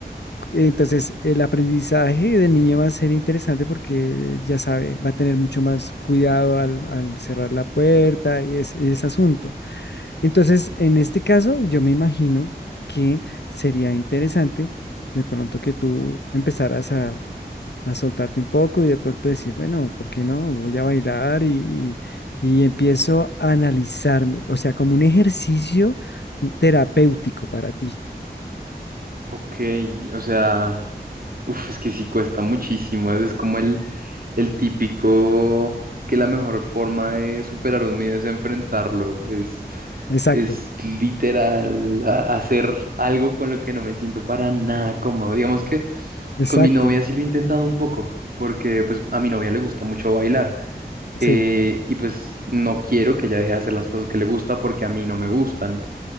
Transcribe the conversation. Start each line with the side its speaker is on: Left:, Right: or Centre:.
Left: Entonces, el aprendizaje del niño va a ser interesante porque ya sabe, va a tener mucho más cuidado al, al cerrar la puerta y es- ese asunto. Entonces, en este caso, yo me imagino que sería interesante de pronto que tú empezaras a, a soltarte un poco y de pronto decir, bueno, ¿por qué no? Voy a bailar y, y empiezo a analizarme, o sea, como un ejercicio terapéutico para ti.
Right: Ok, o sea, uf, es que sí cuesta muchísimo. Es como el, el típico que la mejor forma de superar un miedo es enfrentarlo. Es,
Left: Exacto.
Right: es literal a- hacer algo con lo que no me siento para nada cómodo. Digamos que
Left: Exacto,
Right: con mi novia sí lo he intentado un poco, porque pues a mi novia le gusta mucho bailar. eh,
Left: sí,
Right: y pues no quiero que ella deje de hacer las cosas que le gusta porque a mí no me gustan.